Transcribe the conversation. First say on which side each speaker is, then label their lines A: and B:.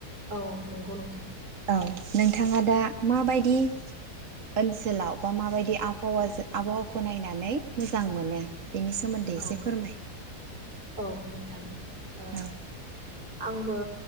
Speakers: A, on the right; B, on the right.
A: औ नंगौ नोंथां
B: औ नोंथाङा दा माबायदि ओनसोलाव बा माबायदि आबहावाजों आबहावाखौ नायनानै मोजां मोनो बेनि सोमोन्दै
A: औ
B: एसे फोरमाय
A: औ नोंथां ओ
B: औ
A: आंबो